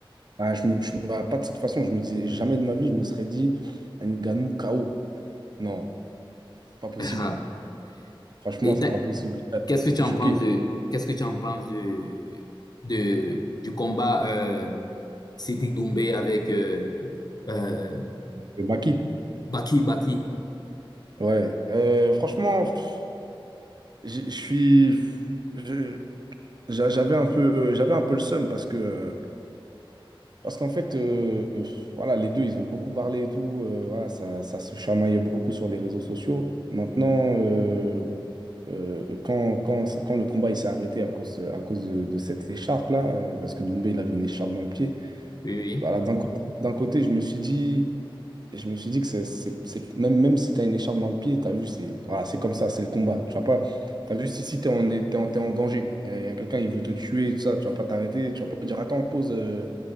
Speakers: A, on the right; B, on the left.
A: Ah, je me, je- bah, pas de cette façon, je me disais jamais de ma vie, je me serais dit Ngannou KO. Non, c'est pas possible.
B: <laughs>
A: Franchement,
B: Et
A: c'est
B: t'as-
A: pas possible. Ah,
B: qu'est-ce
A: J'étais
B: que tu en
A: choqué.
B: penses de, qu'est-ce que tu en penses de, de, du combat euh, Siddik Doumbé avec euh, euh,
A: Le Baki.
B: Baki Baki?
A: Ouais. Euh, franchement, pff, je je suis. je- j'a- J'avais un peu, j'avais un peu le seum parce que euh, Parce qu'en fait, euh, euh, voilà, les deux, ils ont beaucoup parlé et tout. euh, voilà, ça, ça se chamaillait beaucoup sur les réseaux sociaux. Maintenant, euh, euh, quand, quand, quand le combat il s'est arrêté à cause, à cause de, de cette écharpe-là, euh, parce que Doumbé, il avait une écharpe dans le pied,
B: Oui, oui,
A: voilà, d'un côté, d'un côté, je me suis dit, je me suis dit que c'est, c'est- c'est- même, même si tu as une écharpe dans le pied, tu as vu, c'est voilà, c'est comme ça, c'est le combat. Tu vas pas, tu as vu, si, si tu es en, t'es en, t'es en danger, il y a, y a quelqu'un, il veut te tuer, tout ça, tu vas pas t'arrêter, tu vas pas dire, attends, pause, euh,